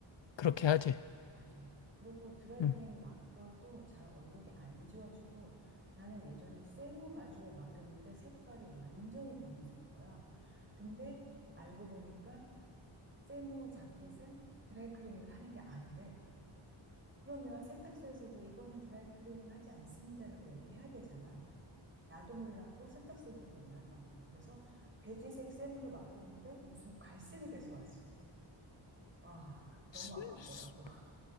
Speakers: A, on the left; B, on the right.
A: 그렇게 하지.
B: 맞아. 그리고 드라이클리닝
A: 응.
B: 맡겨도 잘 얼룩이 안 지워지고 나는 예전에 세무 가죽을 맡겼는데 색깔이 완전히 변해서 온 거야. 근데 알고 보니까 세무 자켓은 드라이클리닝을 하는 게 아니래. 그러면 세탁소에서도 이거는 드라이클리닝 하지 않습니다라고 얘기를 해야 되잖아. 나도 몰랐고 세탁소에서도 몰랐던 거지. 그래서 베지색 세무를 맡겼는데 무슨 갈색이 돼서 왔어. 와, 너무
A: 스-
B: 아깝더라고.
A: 스-
B: <laughs>